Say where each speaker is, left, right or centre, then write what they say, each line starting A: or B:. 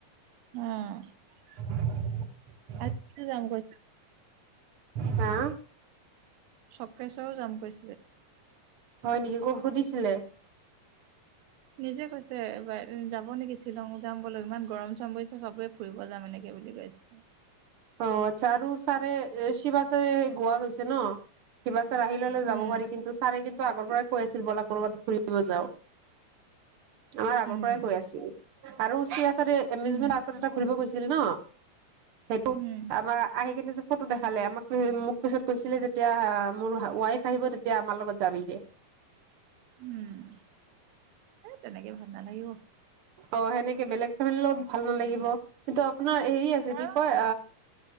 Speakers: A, on the right; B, on the right.
A: অঁ।
B: <unintelligible>
A: ভাইটিটো জাং কৈছে।
B: হা
A: চক্ৰেশ্বৰো যাম কৈ।
B: হয় নেকি তোক সুধিছিলে।
A: নিজে কৈছে যাব নেকি শ্বিলং যাম বোলো, ইমান গৰম চৰম পৰিছে চবে ফুৰিব যাম এনেকে বুলি কৈছে। <inaudible>
B: অঁ, আচ্ছা আৰু ছাৰে শিৱা চাৰে গোৱা গৈছে ন। শিৱা চাৰ আহি ললে
A: উম,
B: যাব পাৰি কিন্তু ছাৰে কিন্তু আগৰ পৰাই কৈ আছিল ব'লা কবাত ঘুৰিব যাওঁ। আমাৰ আগৰ
A: উম,
B: পৰাই কৈ আছিল, আৰু শিৱা চাৰে এমিউজমেট
A: উম,
B: আক এটা ঘূৰিব গৈছিল ন। সেইটো
A: উম,
B: তাপা আহি কিনে ফটো দেখালে, আমাক মোক পিছত কৈছিলে যেতিয়া মোৰ ৱাইফ আহিব তেতিয়া আমাৰ লগত যাবি দে।
A: উম, এই তেনেকে ভাল নালাগিব।
B: অ, সেনেকে বেলেগ ফেমিলিৰ লগত ভাল নালাগিব। কিন্তু আপোনাৰ হেৰি আছে
A: আৰু
B: কি অ,